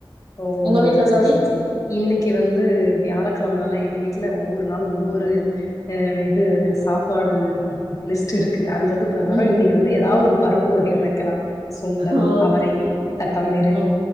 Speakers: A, on the left; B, on the right.
A: ஓ
B: உங்க வீட்ல
A: சே
B: தோழி
A: சே சே இன்னக்கி வந்து வியாழக்கிழமனால எங்க வீட்ல ஒவ்வொரு நாளும் ஒவ்வொரு ஆ இது சாப்பாடு லிஸ்ட் இருக்கு அந்த இது தவர
B: ம்
A: இன்னக்கு வந்து ஏதா ஒரு பருப்பு வகை வைக்கலா சுண்டல்
B: ஓ
A: அவரை தட்டாம்பயிறு
B: ஓ